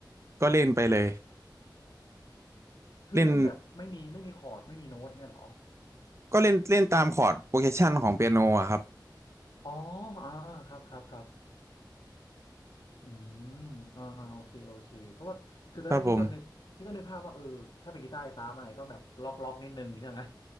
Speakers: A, on the right; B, on the left.
A: ก็เล่นไปเลย
B: คือเล่นแบบไม่มีไม่มีคอร์ดไม่มีโน้ตเงี้ยเหรอ
A: เล่นก็เล่นเล่นตามคอร์ดโปรเกรสชันของเปียโนอะครับ
B: อ๋ออ่าอ่าครับครับครับ อืมอ่าอ่าโอเคโอเคเพราะว่าคือตอนแรกพี่ก็นึกพี่ก็นึกภาพว่าเออถ้าเป็นกีตาร์ไฟฟ้ามันอาจจะต้องแบบล็อกล็อกนิดนึงใช่ไหม
A: ครับผม